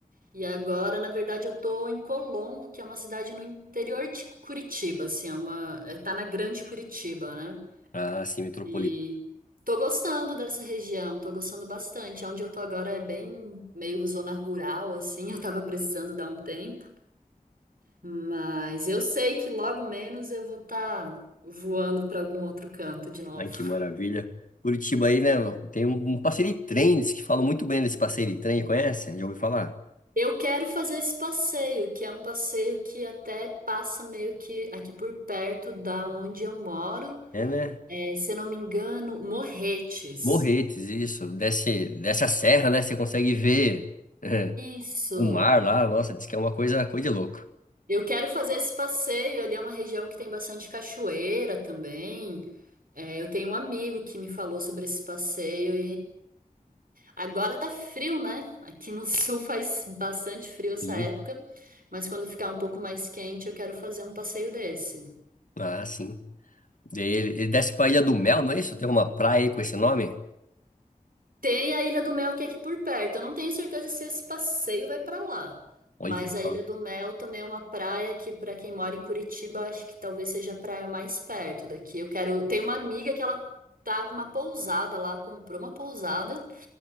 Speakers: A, on the right; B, on the left.
A: e agora, na verdade, eu tô em Colombo, que é uma cidade no interior de Curitiba, assim, é uma... é, tá na Grande Curitiba, né?
B: Ah, sim, metropolitano.
A: E tô gostando dessa região, tô gostando bastante. É Onde eu tô agora é bem meio zona rural, assim, <laughs> eu tava precisando dar um tempo. Mas eu sei que logo menos eu vou estar voando para algum outro canto de novo.
B: Ai, que maravilha. Curitiba aí, né? Tem um um passeio de trem, diz que falam muito bem desse passeio de trem, conhece? Já ouviu falar?
A: Eu quero fazer esse passeio, que é um passeio que até passa meio que aqui por perto da onde eu moro.
B: É, né?
A: É, se eu não me engano, Morretes.
B: Morretes, isso. Desce, desce a serra, né? Você consegue ver <laughs> é,
A: Isso.
B: o mar lá. Nossa, diz que é uma coisa, coisa de louco.
A: Eu quero fazer esse passeio. Ali é uma região que tem bastante cachoeira também. É, eu tenho um amigo que me falou sobre esse passeio Agora tá frio, né? Aqui no sul <laughs> faz bastante frio essa
B: Sim.
A: época, mas quando ficar um pouco mais quente, eu quero fazer um passeio desse.
B: Ah, sim. Daí ele, ele desce pra Ilha do Mel, não é isso? Tem uma praia aí com esse nome?
A: Tem a Ilha do Mel que é aqui por perto. Eu não tenho certeza se esse passeio vai pra lá,
B: Olha,
A: mas a Ilha
B: só.
A: do Mel também é uma praia que pra quem mora em Curitiba, eu acho que talvez seja a praia mais perto daqui. Eu quero, tem uma amiga que ela tá com uma pousada lá, comprou uma pousada